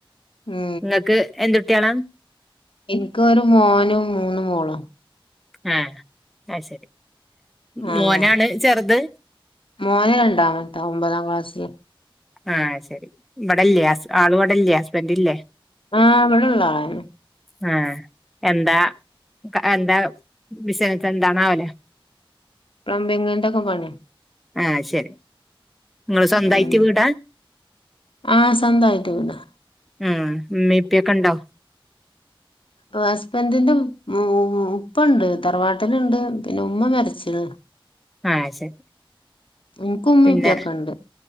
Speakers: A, on the left (about 70°); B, in the centre.
A: ഉം
B: നിങ്ങക്ക് എന്തു ട്ട്യാളാ.
A: ഇൻക്കോര് മോനും മൂന്നു മോളും.
B: ആ ആ സെരി
A: ആഹ്
B: മോനാണ് ചെർത്.
A: മോന് രണ്ടാമത്തെ ഒമ്പതാം ക്ലാസില്.
B: ആഹ് ശെരി ഇബടല്ലെ അസ് ആള്ബടെ ല്ലേ ഹസ്ബൻഡ് ഇല്ലേ?
A: ആഹ് ഇവിടെള്ള ആളാണ്
B: ആ എന്താ എന്താ ബിസ്നസെന്താണാവലെ?
A: പ്ലംബിങ്ങിന്റെ ഒക്കെ പണി.
B: ആ ശരി. നിങ്ങള് സ്വന്തായിട്ട്
A: ഉം
B: വീടാ
A: ആ സ്വന്തയിട്ട് വീടാ.
B: ഉം മ്മീപ്പൊക്കെ ഇണ്ടോ?
A: ആഹാ അ ഹ. ഹസ്ബന്റിന്റെ ഉ ഉപ്പുണ്ട് തറവാട്ടിലുണ്ട് പിന്നെ ഉമ്മ മരിച്ണ്.
B: ആ ശരി
A: ഇൻക്ക് ഉമ്മീം
B: പിന്നെ
A: ഇപ്പീം ഒക്കെണ്ട്